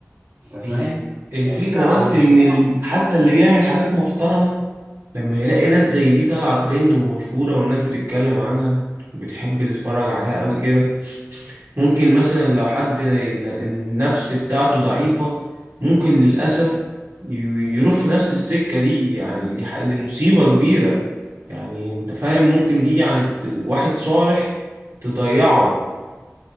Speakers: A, on the right; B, on the right.
A: انت فاهم
B: هي الفكرة
A: تأثيرها
B: بس
A: على المجتمع
B: إن ال... حتى اللي بيعمل حاجات محترمة لما يلاقي ناس زي دي طالعة ترند ومشهورة والناس بتتكلم عنها وبتحب تتفرج عليها قوي كده ممكن مثلا لو حد ن- النفس بتاعته ضعيفة ممكن للأسف ي- يروح في نفس السكة دي يعني دي, ح- دي مصيبة كبيرة يعني أنت فاهم ممكن دي يعني ت- واحد صالح تضيعه